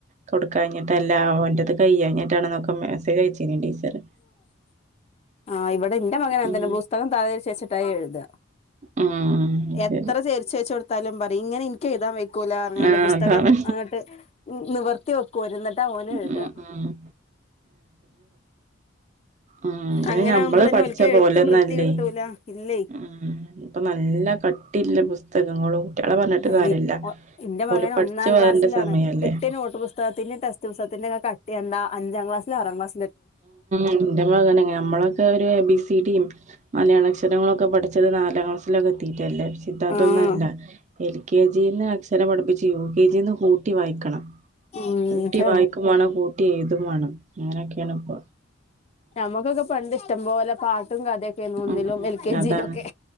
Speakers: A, on the right; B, on the left.
A: കൊടുക്കാ എന്നിട്ടല്ല ഓന്റെത് കയ്യാഞ്ഞി ട്ടാണെന്നൊക്കെ മസ്സേജ് അയച്ചി ഞ്ഞി ടീച്ചറ്
B: ആ ഇവിടെ എന്റെ മകൻ അങ്ങനെ
A: ഉം
B: തന്നെ പുസ്തകം താഴെതിരിച്ച് വെച്ചിട്ടായി എഴുതുക
A: ഉം
B: എത്ര
A: ശരി
B: ചെരിച്ചെച്ചൊടു ത്താലും പറയും ഇങ്ങനെ എനിക്ക് എഴുതാൻ വെക്കൂല ഇറങ്ങാണ്ട്
A: ആഹ്
B: പുസ്തകം
A: അതാണ്
B: അങ്ങോട്ട് നിവർത്തി വെക്കുവ എന്നിട്ട് ന്നെട്ടാ ഓൻ
A: ഉം
B: എഴുതാ
A: ഉം ഉ
B: അങ്ങനെ
A: ഞമ്മള്
B: ആകുമ്പോ തന്നെ
A: പഠിച്ച
B: ഓൽക്ക് എഴുത്ത്
A: പോലെന്നല്ലേ
B: വൃത്തി കിട്ടൂല ഇല്ലേ
A: ഉ ഇപ്പോ നല്ല പടിപ്പ് ആ ട്ടില്ല പുസ്തകങ്ങളും കുട്ടികളെ പറഞ്ഞിട്ട്
B: അയ്
A: കാര്യമില്ല
B: ഒ ഇന്റെ
A: പോലും
B: മകൻ
A: പഠിച്ചു
B: ഒന്നാം
A: വളരണ്ട
B: ക്ലാസ്സിലാണ്
A: സമയല്ലേ
B: കിട്ടിയ നോട്ട് പുസ്തകത്തിന്റെ ടെസ്റ്റ്പുസ്തത്തിന്റെ ഒക്കെ കട്ടി കണ്ട അഞ്ചാംക്ലാസിൽ ആറാം ക്ലാസിക്ലാസ്
A: എന്റെ മകൻഞമ്മളൊക്കെ ഒരു എബിസിടിയും മലയാള അക്ഷര അക്ഷരങ്ങളൊക്കെ പഠിച്ചത് നാലാം ക്ലാസിൽ ഓക്കെ എത്തിയിട്ടല്ലേ കിട്ടാതത്
B: ആഹ്
A: അല്ല എൽ കെ ജിന്ന് അക്ഷരം പഠിപ്പിച്ച് യു കെ ജിന്ന് കൂട്ടി വായിക്കണം
B: ഉം
A: കൂട്ടി വായിക്കും വേണം കൂട്ടി എഴുതും വേണം അങ്ങനൊക്കെയാണ് ഇപ്പ
B: നമ്മുക്കൊക്കെ പണ്ട് ഇഷ്ടംപോലെ പാട്ടും കഥയൊക്കെ ഒന്നിലും
A: ഉം ഉം
B: എൽ കെ
A: അതാണ്
B: ജിയിലും ഒക്കെ